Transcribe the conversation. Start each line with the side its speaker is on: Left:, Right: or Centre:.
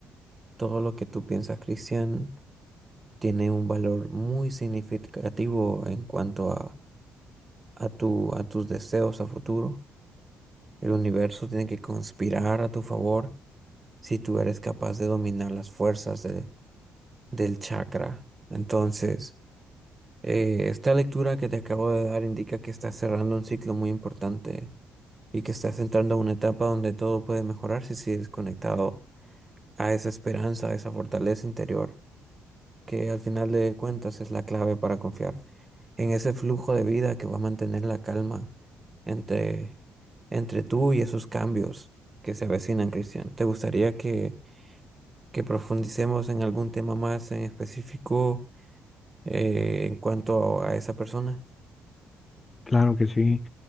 Right: Todo lo que tú piensas, Cristian, tiene un valor muy significativo en cuanto a, a tu, a tus deseos a futuro. El universo tiene que conspirar a tu favor si tú eres capaz de dominar las fuerzas de- del chakra. Entonces, eh, esta lectura que te acabo de dar indica que estás cerrando un ciclo muy importante y que estás entrando a una etapa donde todo puede mejorar si sigues conectado a esa esperanza, a esa fortaleza interior. que al final de cuentas es la clave para confiar en ese flujo de vida que va a mantener la calma entre, entre tú y esos cambios que se avecinan, Cristian. ¿Te gustaría que, que profundicemos en algún tema más en específico eh, en cuanto a esa persona?
Left: Claro que sí.